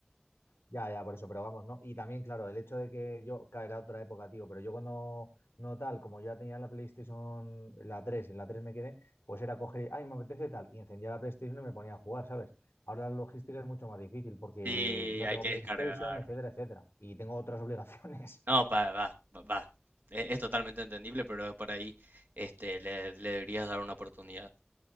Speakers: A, on the left (about 75°); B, on the right (about 50°).
A: Ya, ya, por eso, pero vamos, ¿no? Y también, claro, el hecho de que yo caerá otra época, tío, pero yo cuando no tal, como yo ya tenía la PlayStation, la 3 en la 3 me quedé, pues era coger, y, ay, me apetece tal, y encendía la PlayStation y me ponía a jugar, ¿sabes? Ahora la logística es mucho más difícil porque
B: Sí,
A: no
B: hay
A: tengo
B: que
A: PlayStation,
B: descargar.
A: etcétera, etcétera, y tengo otras obligaciones.
B: No,
A: <laughs>
B: pa- va, va, va. Es, es totalmente entendible, pero por ahí este, le, le deberías dar una oportunidad.